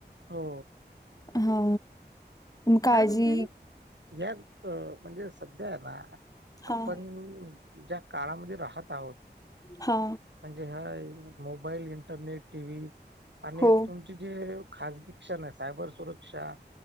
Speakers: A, on the right; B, on the left.
A: हो
B: हा... काळजी
A: कारण की या अ... म्हणजे सध्या ना... आपण
B: हां,
A: ज्या काळामध्ये राहत आहोत
B: हा
A: म्हणजे ह्या मोबाईल... इंटरनेट... टी व्ही आणि
B: हो,
A: तुमची जे खाजगी क्षण आहे... सायबर सुरक्षा